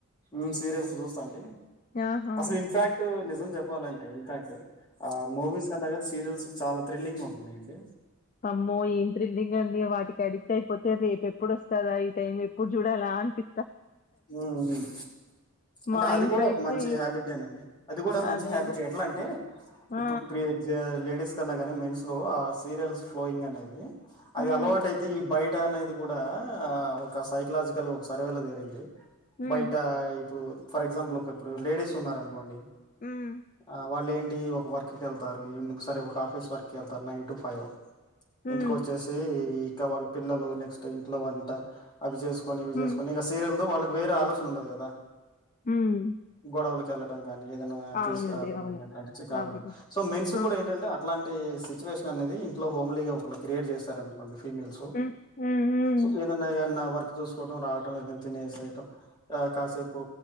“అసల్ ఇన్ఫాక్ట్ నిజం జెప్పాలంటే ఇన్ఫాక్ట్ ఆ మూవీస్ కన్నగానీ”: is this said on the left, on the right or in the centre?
Left